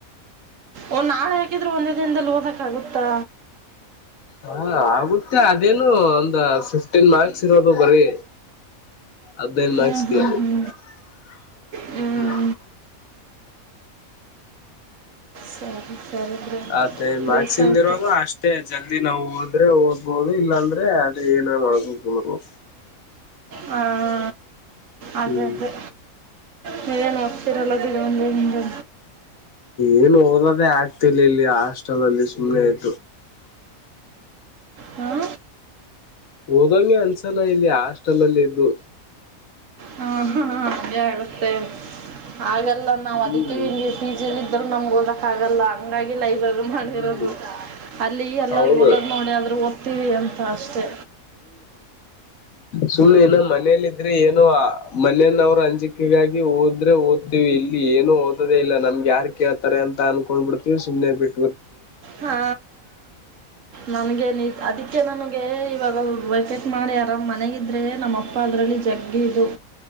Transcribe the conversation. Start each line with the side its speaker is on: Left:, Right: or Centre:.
Right: ಒಓ ನಾಳೆ ಹಾಕಿದ್ರು ಒಂದೇ ದಿನದಲ್ಲಿ ಓದಕ ಆಗುತ್ತಾ
Left: ಹಾ ಆಗುತ್ತೆ ಅದೇನು ಒಂದ ಫಿಫ್ಟೀನ್ ಮಾರ್ಕ್ಸ್ ಇರೋದು ಬರೀ ಅಾಕ್ಸ್
Right: ಹ್ಞೂ
Left: <unintelligible>
Right: ಹ್ಞೂ ಹ್ಞೂ ಹ್ಞೂ ಸರಿ ಸರಿ ಬ್ರೋ
Left: ಅದೇ ಮಕ್ಸಿಂದ
Right: ಬೇಸಾಯಿತು
Left: ಇರೋದು ಅಷ್ಟೇ ಜಲ್ದಿ ನಾವು ಓದ್ರೆ ಓದ್ಬೋದು ಇಲ್ಲಾಂದ್ರೆ ಅದೇ ನ ವಕ ಕುಂದ <unintelligible>
Right: ಹಾ ಅದೇ
Left: ಹ್ಮ್
Right: ಅದೇ ನೀವೇನು ಹೋಗ್ತಿರಲ್ಲದುದು ಒಂದು ನಿಗೆ
Left: ಏನ್ ಓದದೇ ಆಗ್ತಿಲ್ಲ ಇಲ್ಲಿ ಹಾಸ್ಟೆಲ್ ಅಲ್ಲಿ ಸುಮ್ನೆ ಆಯ್
Right: ಹ್ಮ
Left: ಓದಂಗೆ ಅನ್ಸಲ ಇಲ್ಲಿ ಆಾಸ್ಟೆಲ್ಲ್ಲಿ ಇದ್ದು
Right: ಹ ಹ ಹಾಗೆ ಆಗುತ್ತೆ ಹಾಗಲ್ಲ ನಾವು
Left: ಹ್ಮ್
Right: ಅದ್ದಿಕೆ ಪಿಜಿ ಆಲ್ ಇದ್ರರು ನಮ್ಗೆ ಓದಕ್ಕ ಆಗಲ್ಲ ಹಂಗಾಗಿ ಲೈಬ್ರರಿ ಮಾಡಿರೋದು
Left: ಹ್ಮ್
Right: ಅಲ್ಲಿ ಎಲ್ಲರೂ
Left: ಹೌದು
Right: ಓದದ್ ನೋಡಿ ಆದ್ರು ಓದ್ತೀವಿ ಅಂತ ಅಷ್ಟೆ
Left: ಸುಳ್ಳು ಏನ ಮನೇೆಯಲ್ಲಿ ಇದ್ರೆ ಏನೋ ಮನೆಯನ್ನ ಅವರು ಅಂಜಿಕೆಗಾಗಿ ಹೋದ್ರೆ ಓದ್ತಿೀವಿ ಇಲ್ಲಿ ಏನು ಓದೇ ಇಲ್ಲ ನಮ್ಗೆ ಯಾರ್ು ಕೇಳ್ತಾರೆ ಅಂತ ಅನ್ಕೊಂಡ್ ಬಿಿಡ್ತೀವಿ ಸುಮ್ಮನೆ ಬಿಟ್ಟ
Right: ಹಾ ನನ್ಗೇನ್ ಅದಕ್ಕೆ ನನಗೆ ಇವಾಗ ವೆೇಕೆಟ್ ಮಾಡಿ ಆರಾಮ್ ಮನೆಗ ಇದ್ರೆ ನಮ್ಮ ಅಪ್ಪ ಅದ್ರಲ್ಲಿ ಜಗ್ಗಿದು